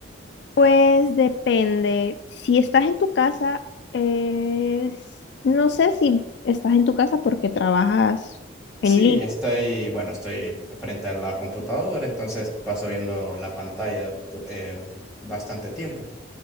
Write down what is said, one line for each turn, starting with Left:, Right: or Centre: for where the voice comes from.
Left: Pues depende. Si estás en tu casa, es- no sé si estás en tu casa porque trabajas en
Centre: Sí,
Left: línea.
Centre: estoy, bueno, estoy frente a la computadora, entonces paso viendo la pantalla eh, bastante tiempo.